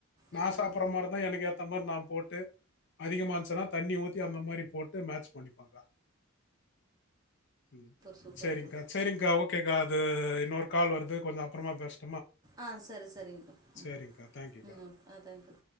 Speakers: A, on the left; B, on the right.
A: நா
B: ம்
A: சாப்ற மார்ருந்தா எனக்கு ஏத்த மார் நா போட்டு அதிகமா இருன்ச்சுனா தண்ணி ஊத்தி அந்த மாரி போட்டு மேச் பண்ணிப்பேக்கா உம்
B: சூப்பர்
A: செரிங்க்கா
B: ப்ரோ
A: செரிங் கேக்காது இன்னொரு கால் வருது கொஞ்ச அப்றமா பேச
B: ஆஹ் செரி செரிங்ப்பா ம்
A: சரிங்கக்கா தேங்க்யூக்கா
B: ம் ஆ தேங்க்யூ